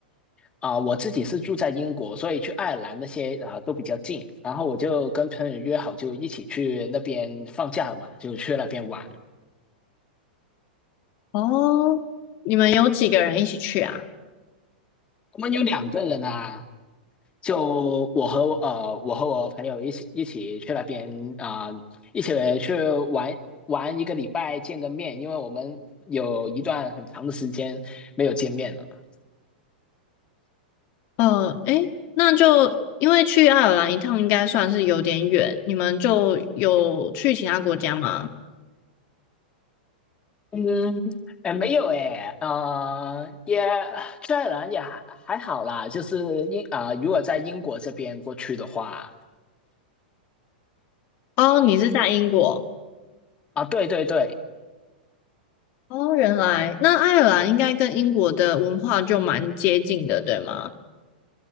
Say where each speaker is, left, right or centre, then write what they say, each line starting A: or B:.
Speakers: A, on the left; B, on the left.
A: 啊、呃呃我自己是住在英国，所以去爱尔兰那些啊、呃都比较近，然后我就跟朋友约好，就一起去那边放假嘛，就去那边玩。
B: 哦，你们有几个人一起去啊？
A: 我们有两个人啊，就我和我呃我和我朋友一起一起去那边啊、呃一起去玩玩一个礼拜，见个面，因为我们有一段很长的时间没有见面了。
B: 呃，诶，那就因为去爱尔兰一趟应该算是有点远，你们就有去其他国家吗？
A: 嗯，哎，没有哎，呃，也虽然也还还好啦，就是英啊、呃如果在英国这边过去的话，
B: 哦，你是在英国
A: 啊，对对对，
B: 哦，原来那爱尔兰应该跟英国的文化就蛮接近的，对吗？